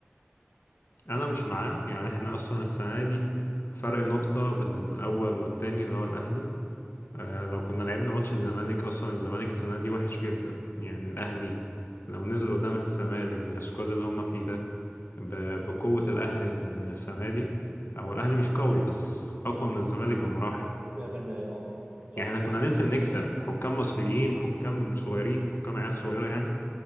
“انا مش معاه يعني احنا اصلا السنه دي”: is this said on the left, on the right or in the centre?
Left